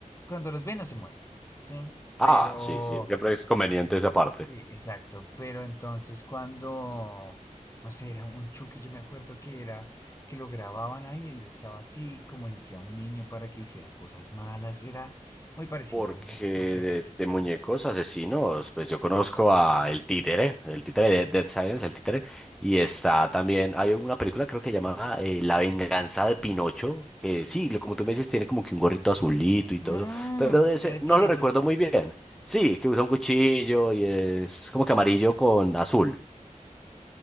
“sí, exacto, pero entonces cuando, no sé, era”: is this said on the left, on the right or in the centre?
Left